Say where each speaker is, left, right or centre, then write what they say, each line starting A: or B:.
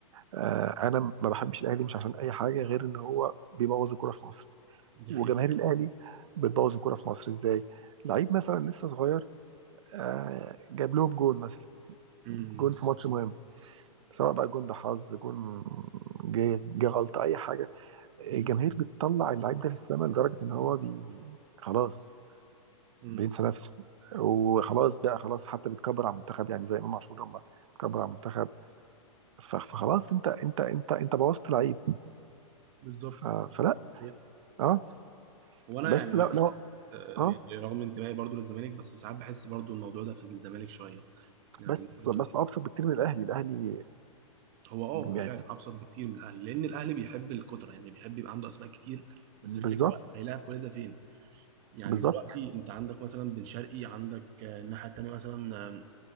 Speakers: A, on the right (about 60°); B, on the right (about 30°).
A: آه، أنا ما بحبش الأهلي مش عشان أي حاجة غير إن هو بيبوظ الكورة في مصر
B: دي
A: وجماهير
B: حقيقه
A: الأهلي بتبوظ الكورة في مصر إزاي؟ لعيب مثلا لسه صغير آه، جاب لهم جون مثلا
B: امم
A: جون في ماتش مهم سواء بقى جون ده حظ جون جه جه غلطة أي حاجة الجماهير
B: امم
A: بتطلع اللعيب ده في السماء لدرجة إن هو بي... خلاص
B: أمم.
A: بينسى نفسه وخلاص بقى خلاص حتى بيتكبر على المنتخب يعني زي إمام عاشور لما اتكبر على المنتخب ف... فخلاص أنت أنت أنت أنت بوظت لعيب
B: بالظبط
A: ف... فلا
B: دي حقيقة.
A: أه
B: وانا
A: بس
B: يعني
A: لا لا
B: آه،
A: أه
B: يعني رغم انتمائي برضو للزمالك بس ساعات بحس برضو الموضوع ده في الزمالك شويه يعني
A: بس
B: مثلا
A: بس أبسط بكتير من الأهلي الأهلي
B: هو اه هو
A: يعني
B: فعلا ابسط بكتير من الاهلي لان الاهلي بيحب الكتره يعني بيحب يبقى عنده اسماء كتير بس
A: بالظبط
B: الفكره هيلاعب كل ده فين يعني
A: بالظبط
B: دلوقتي انت عندك مثلا بن شرقي عندك آه، الناحيه التانيه مثلا آه،